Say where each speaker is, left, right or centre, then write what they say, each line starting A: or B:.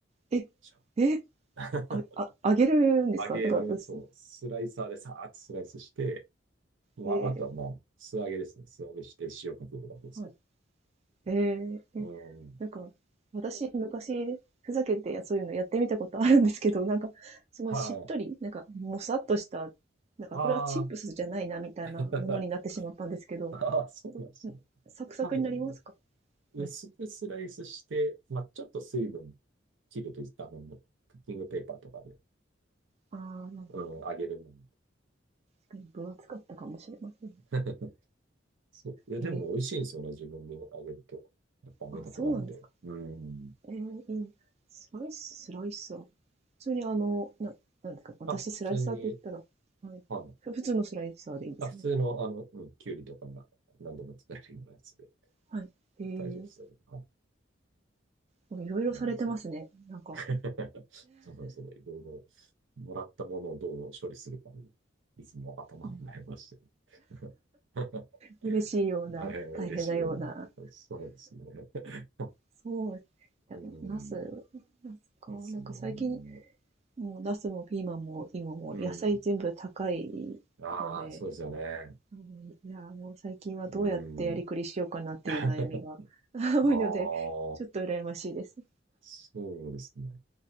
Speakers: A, on the right (about 35°); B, on the right (about 80°).
A: え、
B: ちゃん
A: え、
B: と <laughs>
A: あ、あ、あげるんですかなんか薄い。
B: 揚げる、そう、スライサーでさーっとスライスして、まあ、
A: えー
B: あとはまあ、素揚げですね。素揚げして塩かけるだけですけど。
A: はい。ええ、
B: うん。
A: え、なんか、私、昔、ふざけてやそういうのやってみたことあるんですけど、なんか、すごいしっとり、
B: はい。
A: なんか、もさっとした、なんか、
B: ああ、
A: これはチップスじゃないな、みたいなものになってしまったんですけど、
B: <laughs> ああ、そうなんですね。
A: どんサクサクになりますか
B: 多分ね、薄くスライスして、
A: はい。
B: まあ、ちょっと水分切るといった分のクッキングペーパーとかで、
A: ああ、なるほど。
B: うん、揚げるのに。
A: 確かに分厚かったかもしれません。
B: <laughs> そう。いや、
A: ええ、
B: でも美味しいんですよね、自分で揚げると。やっぱ揚げたてなんで。
A: あ、そうなんですか。
B: うん。
A: ええ、いいね。スライス、スライサー。普通にあの、な、なんですか、私スライサーって言ったら、
B: あ、普通に、
A: はい。
B: はい。
A: ふ普通のスライサーでいいんですよね。
B: あ、普通の、あの、うん、きゅうりとかが何度も使えるようなやつで
A: はい。ええ、
B: 大丈夫ですよね。はい。
A: そいろいろされてますね。
B: うん、そう。
A: なんか、
B: <laughs> そうそうそう、いろいろもらったものをどう処理するかに、いつも頭を悩まして
A: うん、
B: る。<laughs>
A: 嬉しいような、
B: えー嬉しいような。
A: 大変なような。
B: そうですね。<laughs>
A: そう。いや、
B: うん。
A: ナス、なんか。
B: ですもんね。
A: なんか最近、もうナスもピーマンも今も野菜全部高いので、
B: うん。ああ、そうですよね。
A: うん、いや、もう最近はどうやってやりくりしようかなっていう悩みが
B: うん。<laughs> あ
A: <laughs>
B: あ、
A: 多いので、ちょっと羨ましいです。
B: そうですね。